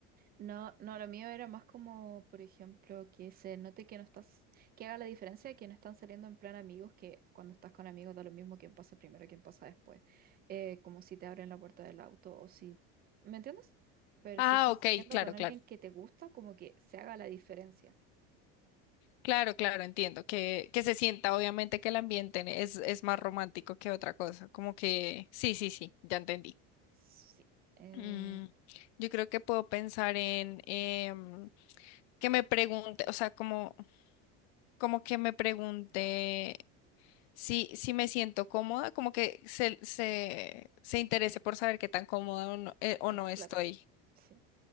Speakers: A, on the right; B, on the left.
A: No, no, lo mío era más como, por ejemplo, que se note que no estás, que haga la diferencia que no están saliendo en plan amigos, que cuando estás con amigos da lo mismo quién pasa primero, quién pasa después, Eh, como si te abren la puerta del auto o si, ¿me entiendes? Pero
B: Ah,
A: si estás
B: ok,
A: saliendo
B: claro,
A: con alguien
B: claro.
A: que te gusta, como que se haga la diferencia.
B: Claro, claro, entiendo. Que, que se sienta, obviamente, que el ambiente es, es más romántico que otra cosa. Como que, sí, sí, sí, ya entendí.
A: Sí, Eh,
B: Mm, yo creo que puedo pensar en em, que me pregunte, o sea, como, como que me pregunte si, si me siento cómoda, como que se, se, se interese por saber qué tan cómoda o no, eh, o
A: eh,
B: no estoy
A: claro, sí.